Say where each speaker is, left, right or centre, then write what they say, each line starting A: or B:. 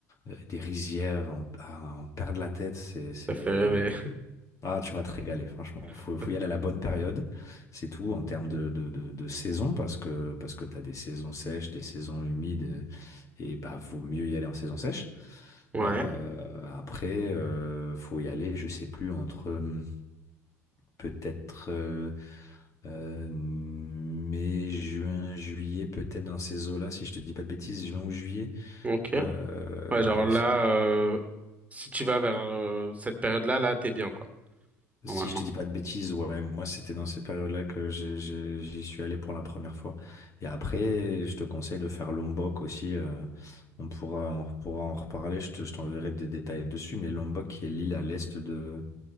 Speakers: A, on the left; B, on the right.
A: euh, des rizières, en, à en perdre la tête, c'est, c'est...
B: ça fait rêver.
A: Ah, tu vas te régaler, franchement. Faut,
B: <laughs>
A: faut y aller à la bonne période, c'est tout, en termes de, de, de, de saison, parce que, parce que tu as des saisons sèches, des saisons humides, et, et bah, vaut mieux y aller en saison sèche.
B: Ouais,
A: Euh, après, euh, faut y aller, je sais plus, entre hum, peut-être euh, euh, mai, juin, juillet, peut-être dans ces eaux-là, si je te dis pas de bêtises, juin ou juillet.
B: ok.
A: Euh,
B: Ouais, genre là,
A: c'est
B: euh, si tu vas vers euh, cette période-là, là, t'es bien quoi, normalement.
A: Si je te dis pas de bêtises, ouais, moi c'était dans ces périodes-là que j'ai- j'ai- j'y suis allé pour la première fois. Et après, je te conseille de faire Lombok aussi. euh, on pourra, on pourra en reparler. Je te- je t'enverrai des détails dessus. Mais Lombok, qui est l'île à l'est de,